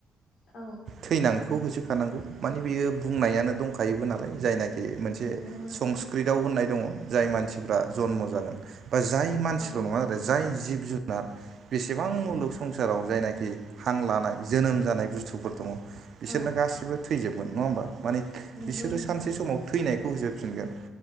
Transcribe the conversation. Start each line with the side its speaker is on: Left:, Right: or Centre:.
Left: औ।
Right: थैनायखौ होसोखानांगौ माने बेयो बुंनायानो दंखायोबो नालाय जायनाखि बे मोनसे
Left: नंगौ नोंथां
Right: संस्कृतआव होननाय दङ जाय मानसिफ्रा जनम' जागोन बा जाय मानसिल'
Left: औ
Right: नङा आरो जाय जिब जुनार बेसेबां मुलुग संसाराव जायनाखि हां लानाय जोनोम जानाय बुस्थुफोर दङ बिसोरनो
Left: औ
Right: गासिबो थैजोबगोन नङा होनबा माने
Left: नंगौ
Right: बिसोरो
Left: नोंथां
Right: सानसे समाव थैनायखौ होजोबफिनगोन